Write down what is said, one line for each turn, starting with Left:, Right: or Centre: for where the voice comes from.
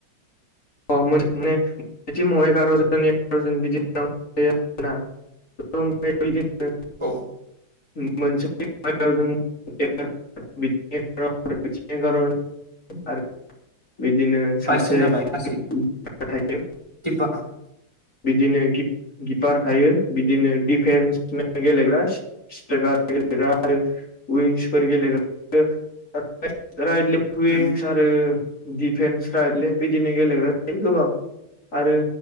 Left: अ मानेमाव एगार'जन एगार'जन बिदिनो नांगौ जायो आरोना <unintelligible> बिदिनो <unintelligible>
Right: औ
Left: मोनसे जों <unintelligible> बिदिनो सासे
Right: बाइसजन जाबाय गासै
Left: <unintelligible> <unintelligible>
Right: <unintelligible>
Left: बिदिनो गिप गिपार थायो बिदिनो दिफेन्स गेलेग्रा स्ट्रक गेलेग्रा आरो उइंसफोर गेलेग्रा <unintelligible> <unintelligible> आरो
Right: उम
Left: दिफेन्स राइडेल बिदिनो गेलेग्रा थायो गोबां आरो